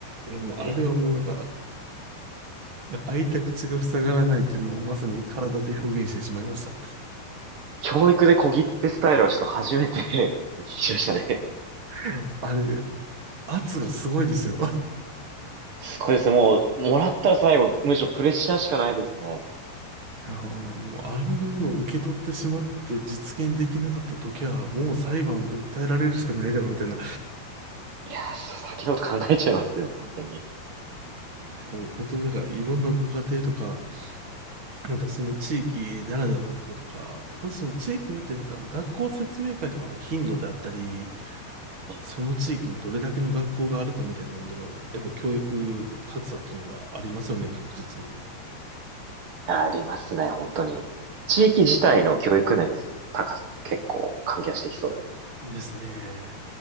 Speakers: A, on the right; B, on the right.
A: いや、もうあれはもうなんか、
B: ね、
A: 開いた口が塞がらないっていうのをまさに体で表現してしまいました。
B: 教育で小切手スタイルはちょっと初めて <laughs> 聞きましたね。
A: <laughs> あれ、圧がすごいですよ。
B: すごいですね。もう、もらったら最後、むしろプレッシャーしかないですね。
A: いやー、もうあんなものを受け取ってしまって実現できなかった時は、もう裁判で訴えられるしかないだろうみたいな。
B: いやー、そう先のこと考えちゃいますよ、本当に。
A: もう本当になんかいろんなご家庭とか、またその地域ならではのとことか、またその地域によってなんか学校説明会とかの頻度であったり、
B: うん
A: その地域にどれだけの学校があるかみたいなのでも、やっぱ教育格差っていうのはありますよね、確実に。
B: ありますね、本当に。地域自体の教育熱の高さって結構関係してきそうです。
A: ですね。